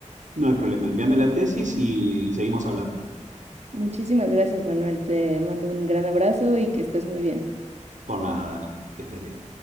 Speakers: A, on the right; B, on the right.
A: No hay problema, envíame la tesis y, y seguimos hablando.
B: Muchísimas gracias, Manuel. Te mando un gran abrazo y que estés muy bien.
A: Por nada, Dana, que estés bien.